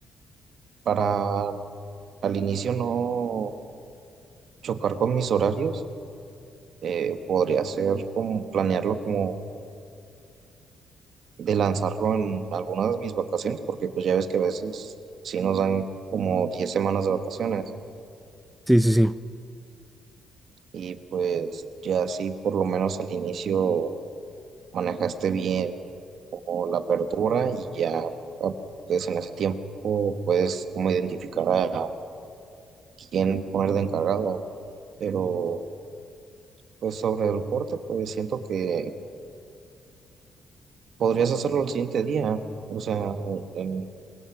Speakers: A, on the right; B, in the centre.
A: para al inicio no chocar con mis horarios, eh, podría ser como planearlo como de lanzarlo en algunas de mis vacaciones, porque pues ya ves que a veces sí nos dan como 10 semanas de vacaciones
B: Sí, sí, sí.
A: y pues ya así por lo menos al inicio manejaste bien como la apertura y ya ah, pues en ese tiempo puedes como identificar a quién poner de encargado. Pero pues sobre el corte, pues siento que podrías hacerlo el siguiente día. O sea, en-